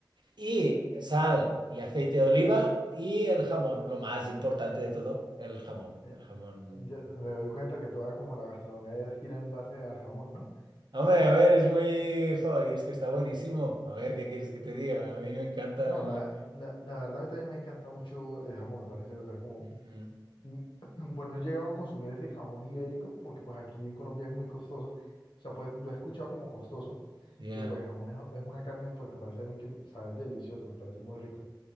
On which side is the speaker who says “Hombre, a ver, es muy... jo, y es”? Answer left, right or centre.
Right